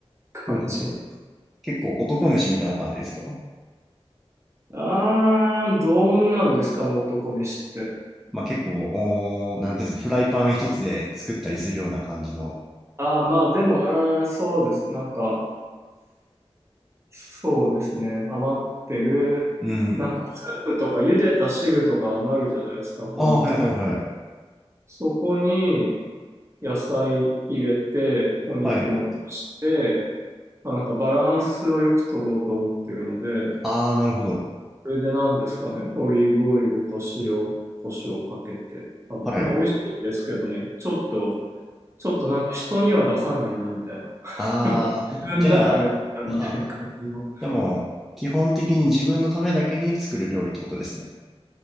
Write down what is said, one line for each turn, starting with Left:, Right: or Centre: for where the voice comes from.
Right: な感じ。
Centre: ほうほうほう。結構男飯みたいな感じですか
Right: <laughs> あー、どんなんですかね、男飯って。
Centre: まあ、結構、おー、なんていうんですか、フライパン一つで作ったりするような感じの。
Right: ああまあでも、うーん、そうです。なんか、そうですね。余ってる、
Centre: うん。
Right: なんかスープとか茹でた汁とか余るじゃないですか、
Centre: ああ、
Right: お肉と。
Centre: はいはいはい。
Right: そこに野菜入れて、お肉も足して、
Centre: はい。
Right: まあ、なんかバランスをよく取ろうと思ってるので、
Centre: ああ、なるほど。
Right: これで何ですかね、オリーブオイルと塩、胡椒をかけて食べ、
Centre: はい。
Right: なんか美味しいんですけどね、ちょっと、ちょっとなんか人には出さないなみたいな、
Centre: ああ、
Right: 自分だからみたいな感じの。
Centre: じゃあ、ははあ。じゃあもう、基本的に自分のためだけに作る料理ってことですね。